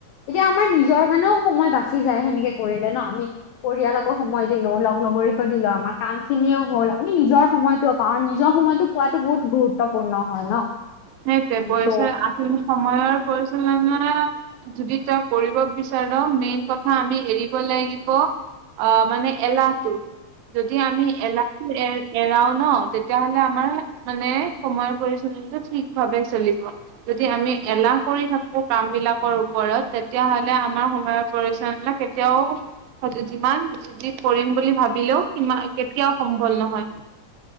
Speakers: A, on the left; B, on the right.
A: এতিয়া আমাৰ নিজৰ কাণেও সময় বাচি যায় সেনেকে কৰিলে ন আমি পৰিয়াল আকৌ সময় দিলো লগ লগৰি দিলো আমাৰ কাম খিনিও হ'ল আমি নিজৰ সময়তটোও পাওঁ আৰু নিজৰ সময়তো পোৱাতো বহুত গোত ত্বপূৰ্ণ হয় ন।
B: সেইটোৱে
A: উম,
B: পৰিচয়
A: ত'
B: আচল সময়ৰ পৰিচালনা যদি তই কৰিব বিচাৰ মেইন কথা আমি এৰিব লাগিব অ' মানে এলাহটো যদি আমি এলাহটো এৰ এৰাও ন তেতিয়াহলে আমাৰ মানে সময়ৰ পৰিচালনাটো ঠিক ভাৱে চলিব যদি আমি এলাহ কৰি থাকো কাম বিলাকৰ ওপৰত তেতিয়াহলে আমাৰ সময়ত পৰিশ্ৰমবিলাক কেতিয়াও যিমান যি কৰিম বুলি ভাবিলেও সি কেতিয়াও সম্ভল নহয়